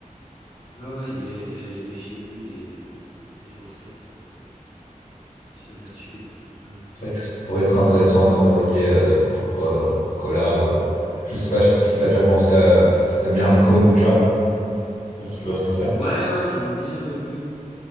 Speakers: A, on the left (about 55°); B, on the left (about 75°).
A: Ouais, ouais, y a- y a- j'ai vu des, euh, des, des recettes euh, sur- là-dessus, ouais. Ouais, ouais.
B: C'est vrai que ça pourrait être intéressant de fabriquer euh, son propre euh, cola ou je sais pas si t'as déjà pensé à si t'aimes bien le kombucha, je sais pas si tu vois ce que c'est.
A: Ouais, ouais, j'en ai déjà euh, bu.